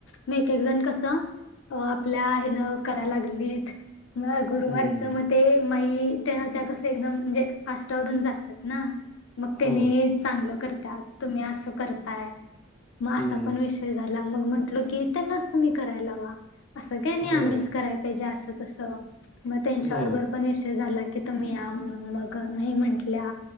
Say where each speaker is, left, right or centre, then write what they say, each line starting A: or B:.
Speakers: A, on the left; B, in the centre.
A: मग एक एक जण कसं आपल्या हन करायला लागलीत. म गुरुवारचं
B: हं.
A: म ते माई. त्या त्या कस एकदम म्हणजे फास्टवरून जातात ना मग त्यानी.
B: होय.
A: चांगलं करतात तुम्ही असं करताय. मग
B: हं.
A: विषय झाला की त्यांनाच तुम्ही करायला लावा नाही आम्हीच
B: होय,
A: कराय पाहिजे अस. मग त्यांच्याबरोबर
B: होय.
A: पण विषय झाला की तुम्ही या म्हणून मग नाही म्हंटल्या.